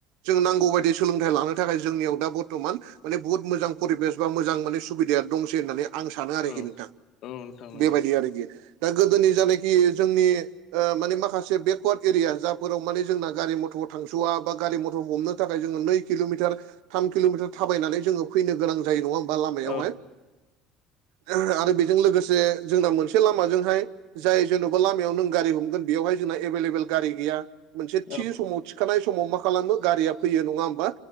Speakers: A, on the right; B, on the left.
A: जोङो नांगौ बायदि सोलोंथाइ लानो थाखाय जोंनियाव दा बर्थमान माने बुहुत मोजां परिबेस बा मोजां माने सुबिदाया दंसै होननानै आं सानो आरोखि
B: औ
A: नोंथां
B: औ नोंथां नंगौ
A: बेबायदि आरोखि दा गोदोनि जानोखि जोंनि ओ माने माखासे बेकवार्ड एरिया जाफोराव माने जोंना गारि मथर थांस'वा बा गारि मथर हमनो थाखाय जोङो नै किल'मिटार थाम किल'मिटार थाबायनानै जोङो फैनो गोनां जायो नङा ओमबा लामायावहाय।
B: औ
A: आरो बेजों लोगोसे जोंना मोनसे लामाजोंहाय जाय जेन'बा लामायाव नों गारि हमगोन बेयावहाय जोंना एभेलेबेल गारि गैया मोनसे
B: औ
A: थि समाव थि खानाय समाव मा खालामो गारिया फैयो नङा होमबा